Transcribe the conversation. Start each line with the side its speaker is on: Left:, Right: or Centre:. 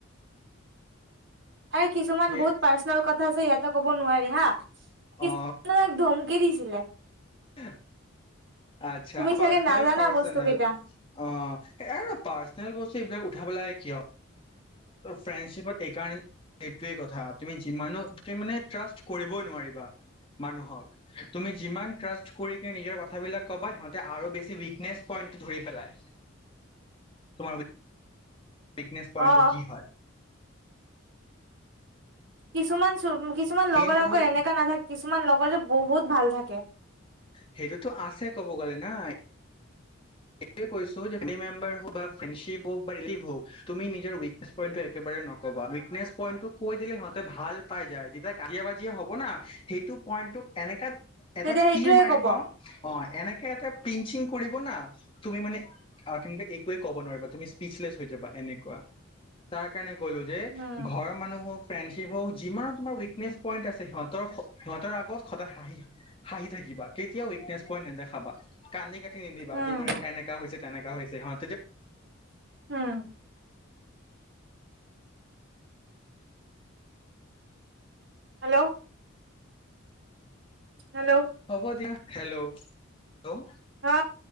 Right: আৰু কিছুমান
Left: সেই
Right: বহুত পাৰ্চনেল কথা ক আছে ইয়াতেো ক'ব নোৱাৰি হা।
Left: অ
Right: কিছুমান ধমকি দিছিলে।
Left: হ <inaudible> আচ্ছা
Right: তুমি
Left: পাৰ্চেনেল-পাৰ্চেনেল।
Right: চাগে নাজানা বস্তু কেইটা
Left: অহ এই পাৰ্চেনেল বস্তু এইবিলাক উঠাবে কিয় ফ্ৰেণ্ডচিপত এই কাৰ এইটোৱে কথা তুমি যিমান তুমি মানে ট্ৰাষ্ট কৰিবই নোৱাৰিবা মানুহক তুমি যিমান ট্ৰাষ্ট কৰি নিজৰ কথাবিলাক কবা সিহঁতে আৰু বেছি উকনেছ পইন্ট ধৰি পেলাই। তোমাৰ উইকনেছ পইণ্টটো
Right: অ
Left: কি হয়
Right: কিছুমান ম কিছুমান
Left: মেইন
Right: লগৰ
Left: কথা
Right: আকৌ
Left: হ'ল
Right: এনেকা নাথাক তুমাৰ লগৰ যে বহুত ভাল থাকে
Left: সেইটোতো আছে ক'ব গ'লে নাই সেইটোয়ে কইছো এনি মেম্বাৰ হক বা ফেণ্ডচিপ হক ৰিলেটিভ হকউইনেছই কৈ দিলেহতে ভাল পাই যায় যেতিয়া কাজিয়া বাজিয় হব না সেইটো পই এনেকা এটা
Right: তেতিয়া সেইটোয়ে
Left: ৰ মাৰিব
Right: কব
Left: হয় এনেকে এটা পিংচিং কৰিব না তুমি মান আমে একোৱে ক'ব নোৱাৰিবা তুমি স্পিচলেছ হৈ যাবা এনেকুৱা তাক। কাৰণে গলো যে
Right: উম
Left: ঘৰ মানুহ হক ফ্ৰণ্ডশ্বিপ হওক যিমানো তোমাৰ উইকনেছ পইণ্ট আছে সিহঁতৰ সিহঁতৰ আগত সদায় হাঁহি হাঁহি থাকিব কেতিয়া উইকনেছ ক নেদে খাবা কান্দি কাটি নিদিবা
Right: উম
Left: এনেকা হৈছে তেনেকা হৈছে সিহঁতে
Right: উম হেল্ল' হেল্ল'
Left: হ'ব দিয়া হেল্ল' হেল্ল'
Right: অ